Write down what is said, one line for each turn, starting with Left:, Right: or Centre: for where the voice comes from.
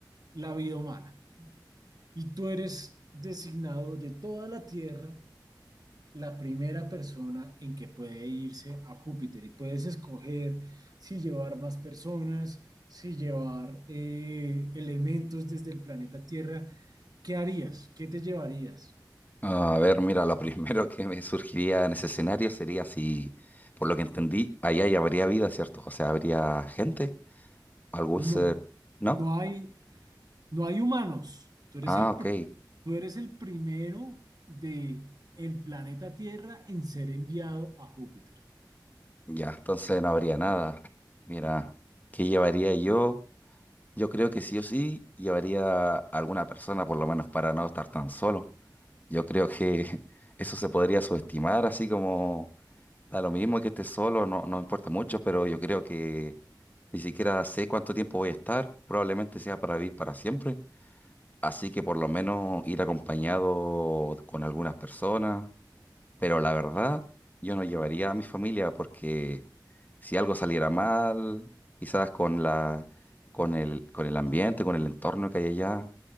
Right: la vida humana y tú eres designado de toda la Tierra la primera persona en que puede irse a Júpiter y puedes escoger si llevar más personas, si llevar eh, elementos desde el planeta Tierra. ¿Qué harías? ¿Qué te llevarías?
Left: Ah, A ver, mira, lo <laughs> primero que me surgiría en ese escenario sería si, por lo que entendí, allá ya habría vida, ¿cierto? O sea, habría gente, algún
Right: No,
Left: ser, ¿no?
Right: no hay, no hay humanos. Tú eres
Left: Ah,
Right: el,
Left: ok.
Right: pri- tú eres el primero de el planeta Tierra en ser enviado a Júpiter.
Left: Ya, entonces no habría nada. Mira, ¿qué llevaría yo? Yo creo que sí o sí llevaría a alguna persona, por lo menos para no estar tan solo. Yo creo que <laughs> eso se podría subestimar, así como Da lo mismo que esté solo, no, no importa mucho, pero yo creo que ni siquiera sé cuánto tiempo voy a estar. Probablemente sea para vivir para siempre. Así que por lo menos ir acompañado con algunas personas. Pero la verdad, yo no llevaría a mi familia porque si algo saliera mal, quizás con la, con el, con el ambiente, con el entorno que hay allá,